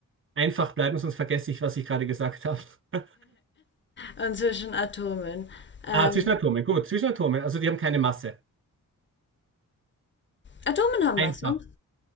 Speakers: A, on the right; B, on the left.
A: einfach bleiben, sonst vergesse ich, was ich gerade gesagt habe. <laughs>
B: und zwischen Atomen. Ähm,
A: Ah, Zwischenatome, gut, Zwischenatome, also die haben keine Masse.
B: Atomen haben
A: Einfach.
B: Masse.